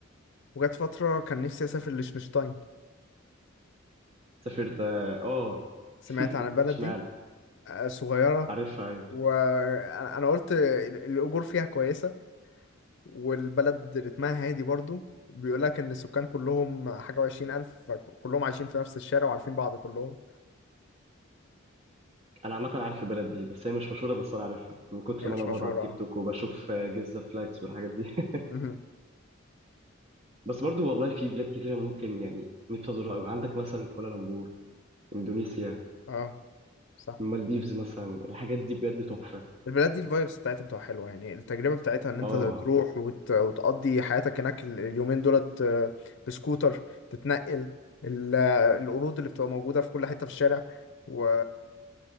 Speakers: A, on the left; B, on the right.
A: وجت فترة كان نفسي اسافر لشنشتاين
B: سافرت اه
A: سمعت
B: <laughs>
A: عن البلد
B: اشمعنى
A: دي آه، صغيرة
B: عارفها ايوه
A: وانا أنا قلت ال- الاجور فيها كويسة والبلد رتمها هادي برضو بيقول لك ان السكان كلهم حاجه وعشرين الف فكلهم عايشين في نفس الشارع وعارفين بعض كلهم
B: انا عامه عارف البلد دي بس هي مش مشهوره بس انا عارفها من كتر
A: هي مش
B: ما انا بقعد
A: مشهوره
B: على التيك
A: اه
B: توك وبشوف آه، جيزه فلاكس والحاجات دي <laughs>
A: مهم.
B: بس برضو والله في بلاد كتيره ممكن يعني نفسي ازورها قوي عندك مثلا كوالالمبور اندونيسيا
A: اه صح
B: المالديفز مثلا الحاجات دي بجد تحفه
A: البلاد دي الفايبس بتاعتها بتبقى حلوه يعني التجربه بتاعتها ان انت
B: اه
A: تروح وت... وتقضي حياتك هناك ال- اليومين دولت آه، بسكوتر تتنقل ال... آه، القرود اللي بتبقى موجوده في كل حته في الشارع و...